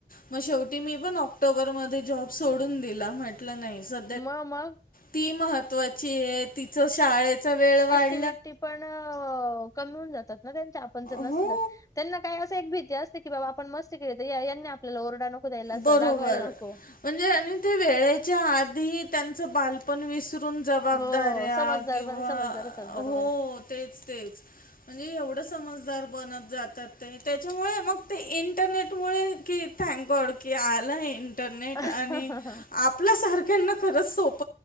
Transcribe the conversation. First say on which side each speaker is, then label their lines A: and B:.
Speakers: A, on the left; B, on the left.
A: मग शेवटी मी पण ऑक्टोबरमध्येध्ये जॉब सोडून दिला म्हटलं नाही स
B: मग मग
A: ती महत्त्वाची आहे तिच शाळेचा वेळ वाढ.
B: टिटी पण कमी होऊन जातात ना त्यांच्या आपण जर नसल.
A: हो
B: त्यांना काय असं एक भीती असते की बाबा आपण मस्त केली तर आपल्याला रडा नको. द्यायला असं
A: बरोबर
B: रागवायला नको
A: म्हणजे आणि ते वेळेच्या आधी त्यांच बालपण विसर ून जबाबदाऱ्या
B: हो समजदार
A: किंवा
B: पण समजदार होतात
A: हो
B: बरोबर
A: तेच तेच म्हणजे एवढं समजदार बनत जातात ते त्याच्यामुळे मग ते इंटरनेटमुळे की थँक गॉड की आलं इंटरनेट
B: आहे
A: आणि आपल्यासारख्यांना खरंच सोप.